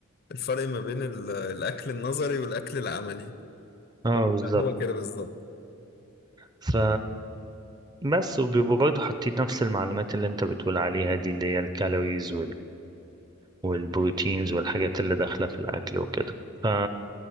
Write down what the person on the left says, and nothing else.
الفرق ما بين ال- الأكل النظري والأكل العملي
هو
هو كده بالظبط